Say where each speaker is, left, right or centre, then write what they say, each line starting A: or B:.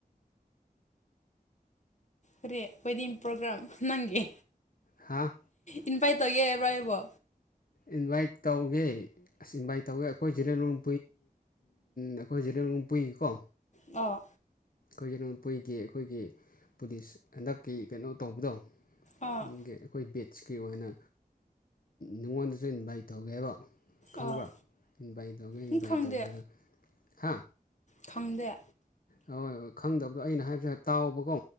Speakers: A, on the left; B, on the left.
A: ꯑꯦ ꯑꯣꯏꯣꯏꯗꯤ ꯄ꯭ꯔꯣꯒ꯭ꯔꯥꯝ ꯅꯪꯦ
B: ꯍꯥꯥ
A: ꯏꯟꯐꯥꯏ ꯇꯧꯒꯦ ꯍꯥꯏꯕꯣ ꯍꯥꯏꯕꯣ
B: ꯏꯟꯚꯥꯏꯠ ꯇꯧꯒꯦ ꯑꯁ ꯏꯟꯚꯥꯏꯠ ꯇꯧꯒꯦ ꯑꯩꯈꯣꯏ ꯖꯤꯔꯦꯣꯡ ꯑꯩꯈꯣꯏ ꯖꯤꯔꯦ ꯄꯨꯏꯉꯀꯣ
A: ꯑꯣ
B: ꯑꯩꯈꯣꯏꯁꯦꯅ ꯀꯨꯏꯒꯤ ꯑꯩꯈꯣꯏꯒꯤ ꯄꯨꯂꯤꯁ ꯍꯟꯗꯛꯀꯤ ꯀꯩꯅꯣ ꯇꯧꯕꯗꯣ ꯑꯩꯈꯣꯏ
A: ꯑꯥ
B: ꯕꯠꯁꯀꯤ ꯑꯣꯏꯅ ꯉꯣꯟꯗꯁꯨ ꯏꯟꯚꯥꯏꯠ ꯇꯧꯒꯦꯕ ꯈꯪꯕ꯭ꯔꯣ
A: ꯑꯥ
B: ꯏꯟꯚꯥꯏꯠ ꯇꯧꯒꯦ ꯏꯟꯚꯥꯏꯠ
A: ꯎꯝ ꯈꯪꯗꯦ
B: ꯇꯧꯕꯒꯗꯨꯗ ꯍꯥ
A: ꯈꯪꯗꯦ
B: ꯍꯣꯏ ꯍꯣꯏ ꯈꯪꯗꯕꯗꯣ ꯑꯩꯅ ꯍꯥꯏꯕꯁꯨ ꯍꯥꯏ ꯇꯥꯎꯕꯀꯣ